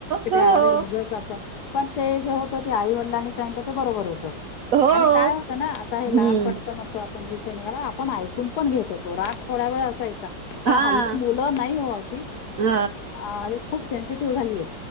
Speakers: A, on the right; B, on the left.
A: हो
B: ते आरे उगाच आपण पण ते जे होत त ते आई वडिलांनी सांगितलं ते बरोबर होतं
A: हो
B: आणि काय होतं ना आता हे
A: हम्म
B: लहानपणाच म्हणतो आप पण विषय नीघाला आपण ऐकून पण घेत होत तो राग थोड्या वेळ असायचा पण
A: हा
B: हल्ली मुलं नाही हो अशी
A: ह
B: आणि खूप सेन्सिटिव्ह झाली आहेत.